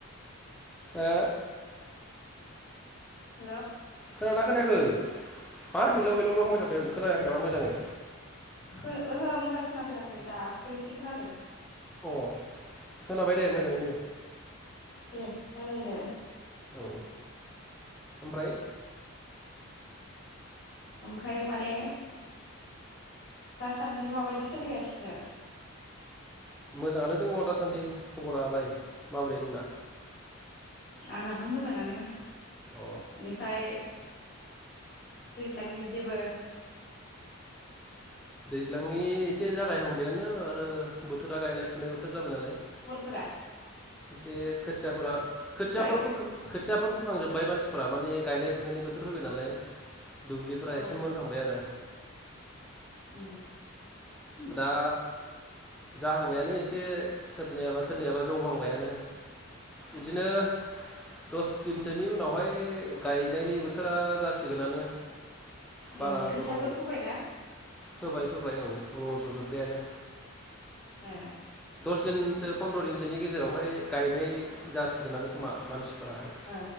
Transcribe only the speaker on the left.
हेल'।
खो ओहो मोजां खोनाफैयाखै दासो एसे खोनादों।
दे राय्लायदो।
ओमफाय माने दासान्दि माबायदि सोलिगासिनो?
आंनाबो मोजाङानो।
एनिफाय दैज्लांनि जेबो
मरफोरा
फै
औ
उम
उम खोथियाफोर
फोबायना
ए
ओ